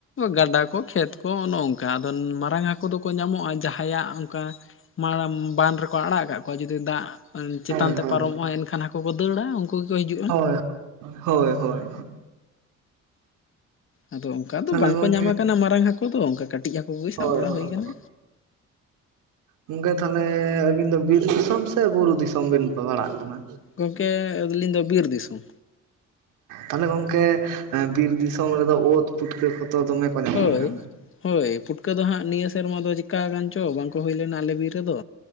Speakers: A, on the left; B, on the right.
A: ᱜᱟᱰᱟ ᱠᱚ ᱠᱷᱮᱛ ᱠᱚ ᱚᱱᱮ ᱚᱝᱠᱟ ᱟᱫᱚ ᱢᱟᱨᱟᱝ ᱦᱟᱹᱠᱩ ᱫᱚᱠᱚ ᱧᱟᱢᱚᱜ-ᱟ᱾ ᱡᱟᱦᱟᱸᱭ ᱟᱜ ᱚᱱᱠᱟ ᱢᱟᱲᱟᱝ ᱵᱟᱸᱫ ᱨᱮᱠᱚ ᱟᱲᱟᱜ ᱟᱠᱟᱫ ᱠᱚᱣᱟ ᱡᱩᱫᱤ ᱫᱟᱜ ᱪᱮᱛᱟᱱ
B: ᱦᱳᱭ
A: ᱛᱮ
B: ᱦᱳᱭ
A: ᱯᱟᱨᱚᱢᱚᱜ-ᱟ ᱮᱱᱠᱷᱟᱱ ᱦᱟᱹᱠᱩ ᱠᱚ ᱫᱟᱹᱲᱟ ᱩᱱᱠᱩ ᱜᱮᱠᱚ ᱦᱤᱡᱩᱜ-ᱟ᱾
B: ᱦᱳᱭ ᱦᱳᱭ ᱦᱳᱭ᱾
A: ᱟᱫᱚ ᱚᱱᱠᱟ ᱫᱚ
B: ᱛᱟᱦᱚᱞᱮ
A: ᱵᱟᱝ
B: ᱜᱚᱝᱠᱮ
A: ᱠᱚ ᱧᱟᱢᱟ ᱠᱟᱱᱟ ᱢᱟᱨᱟᱝ ᱦᱟᱹᱠᱩ ᱫᱚ ᱚᱱᱠᱟ ᱠᱟᱹᱴᱤᱡ ᱦᱟᱹᱠᱩ ᱠᱚᱜᱮ
B: ᱦᱳᱭ
A: ᱥᱟᱵ ᱵᱟᱲᱟ
B: ᱦᱳᱭ
A: ᱦᱩᱭ ᱠᱟᱱᱟ᱾
B: ᱜᱚᱝᱠᱮ ᱛᱟᱦᱚᱞᱮ ᱟᱹᱵᱤᱱ ᱫᱚ ᱵᱤᱨ ᱫᱤᱥᱚᱢ ᱥᱮ ᱵᱩᱨᱩ ᱫᱤᱥᱚᱢ ᱵᱤᱱ ᱯᱟᱲᱟᱜ ᱠᱟᱱᱟ?
A: ᱜᱚᱝᱠᱮ ᱟᱞᱤᱧ ᱫᱚ ᱵᱤᱨ ᱫᱤᱥᱩᱢ᱾
B: ᱛᱟᱦᱚᱞᱮ ᱜᱚᱝᱠᱮ ᱵᱤᱨ ᱫᱤᱥᱚᱢ ᱨᱮᱫᱚ ᱳᱫ ᱯᱩᱴᱠᱟᱹ ᱠᱚᱫᱚ ᱫᱚᱢᱮ ᱠᱚ ᱧᱟᱢᱚᱜ
A: ᱦᱳᱭ
B: ᱠᱟᱱᱟ᱾
A: ᱦᱳᱭ ᱯᱩᱴᱠᱟᱹ ᱫᱚ ᱦᱟᱸᱜ ᱱᱤᱭᱟᱹ ᱥᱮᱨᱢᱟ ᱫᱚ ᱪᱤᱠᱟ ᱠᱟᱱ ᱪᱚ ᱵᱟᱝ ᱠᱚ ᱦᱩᱭ ᱞᱮᱱᱟ ᱟᱞᱮ ᱵᱤᱨ ᱨᱮᱫᱚ᱾